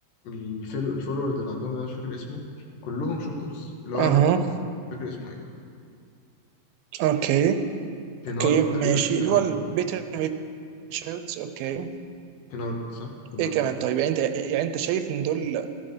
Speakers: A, on the left; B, on the right.
A: الفر- الفورورد اللي عندهم ده مش فاكر اسمه كلهم شوترز اللي
B: اها
A: هو رقم 30 مش فاكر اسمه ايه
B: أوكي
A: كينارد
B: أوكي ماشي
A: تقريبا كينارد
B: اللي هو البيتر ريتشاردز أوكي
A: كينارد صح كينارد
B: إيه كمان طيب يعني أنت يعني أنت شايف إن دول